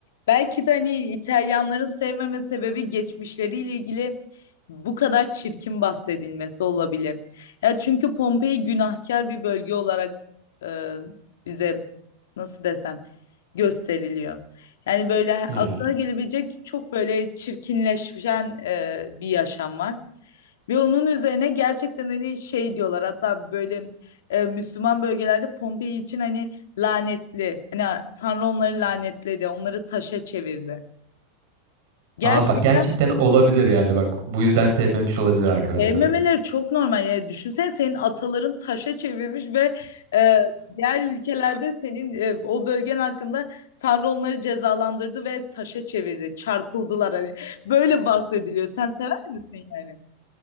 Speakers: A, on the left; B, on the right.
A: belki de hani İtalyanların sevmeme sebebi geçmişleriyle ilgili bu kadar çirkin bahsedilmesi olabilir. Ya çünkü Pompei günahkar bir bölge olarak e, bize nasıl desem gösteriliyor. Yani böyle aklına
B: Hmm.
A: gelebilecek çok böyle çirkinleşen e, bir yaşam var. Ve onun üzerine gerçekten hani şey diyorlar hatta böyle e, Müslüman bölgelerde Pompei için hani lanetli. Hani Tanrı onları lanetledi, onları taşa çevirdi. Gerçekten
B: Aa bak gerçekten olabilir yani bak bu yüzden sevmemiş olabilir arkadaşlarım.
A: sevmemeleri çok normal. Yani düşünsene senin ataların taşa çevirmiş ve e, diğer ülkelerde senin e, o bölgen hakkında Tanrı onları cezalandırdı ve taşa çevirdi. Çarpıldılar hani. Böyle bahsediliyor. Sen sever misin yani?